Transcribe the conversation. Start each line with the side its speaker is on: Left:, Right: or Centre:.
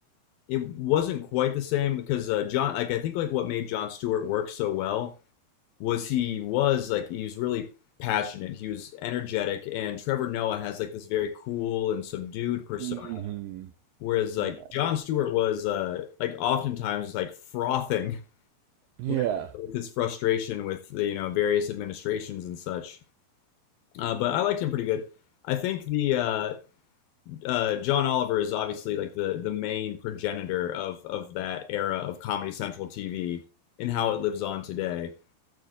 Left: it wasn't quite the same because uh, John, like I think, like what made John Stewart work so well was he was like he was really passionate, he was energetic, and Trevor Noah has like this very cool and subdued persona,
Right: Mm-hmm.
Left: whereas like
Right: Yeah.
Left: John Stewart was uh, like oftentimes like frothing <laughs>
Right: Yeah.
Left: with, with his frustration with the you know various administrations and such. Uh, but I liked him pretty good. I think the uh, uh, John Oliver is obviously like the the main progenitor of of that era of Comedy Central TV and how it lives on today.